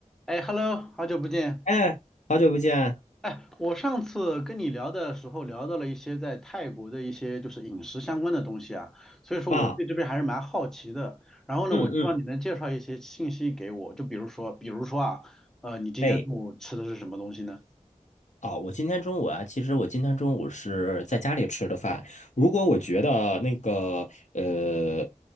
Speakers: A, in the centre; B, on the left (about 65°).
A: 哎，Hello，好久不见。
B: 哎，好久不见
A: 哎，我上次跟你聊的时候聊到了一些在泰国的一些就是饮食相关的东西啊，所以说我对这边还是蛮好奇的。
B: 啊！
A: 然后呢，
B: 嗯嗯，
A: 我希望你能介绍一些信息给我，就比如说，比如说啊，呃，你今天中午吃的是什么东西呢？
B: 哎，哦，我今天中午啊，其实我今天中午是在家里吃的饭。如果我觉得那个呃，